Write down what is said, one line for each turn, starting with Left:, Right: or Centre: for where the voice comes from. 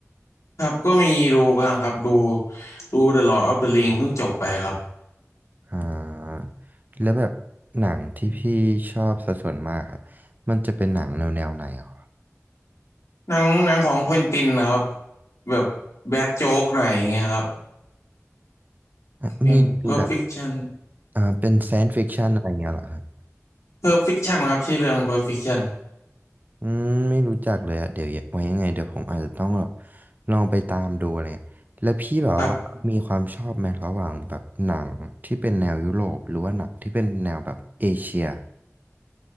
Left: ครับก็มีดูบ้างครับดูดู The Lord of the Ring เพิ่งจบไปครับ
Right: อ่าแล้วแบบหนังที่พี่ชอบสัดส่วนมากครับมันจะเป็นหนังแนวแนวไหนอ่ะ
Left: หนังหนังของเควินตินนะครับแบบแบดโจ๊กหน่อยอย่างเงี้ยครับ
Right: อ่ะมีมีแบบ
Left: อย่าง Pulp Fiction
Right: อ่าเป็นไซน์ฟิคชันอะไรเงี้ยเหรอครับ
Left: Pulp Fiction ครับชื่อเรื่อง Pulp Fiction
Right: อืมไม่รู้จักเลยอะเดี๋ยวไว้ยังไงเดี๋ยวผมอาจจะต้องแบบลองไปตามดูอะไรเงี้ยแล้วพี่แบบว่ามีความชอบไหมระหว่างแบบหนังที่เป็นแนวยุโรปหรือว่าหนังที่เป็นแนวแบบเอเชีย
Left: ครับ